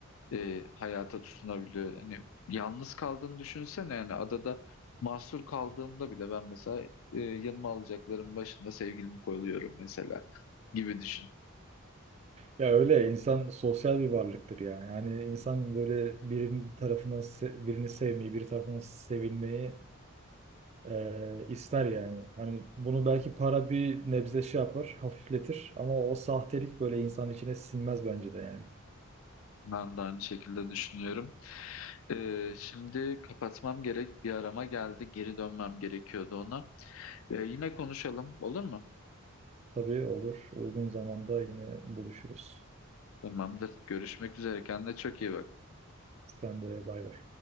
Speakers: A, on the left (about 70°); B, on the right (about 30°).
A: e, hayata tutunabiliyor. Hani yalnız kaldığını düşünsene yani adada mahsur kaldığımda bile ben mesela e, yanıma alacaklarım başında sevgilimi koyuyorum mesela <laughs> gibi düşün.
B: ya öyle insan sosyal bir varlıktır ya. Yani insan böyle birinin tarafından se- birini sevmeyi, bir tarafından sevilmeyi e, ister yani. Hani bunu belki para bir nebze şey yapar, hafifletir ama o sahtelik böyle insan içine sinmez bence de yani.
A: Ben de aynı şekilde düşünüyorum. E, şimdi kapatmam gerek bir arama geldi geri dönmem gerekiyordu ona. E, yine konuşalım olur mu?
B: Tabii olur. Uygun zamanda yine buluşuruz.
A: Tamamdır görüşmek üzere kendine çok iyi bak.
B: Sen de bay bay.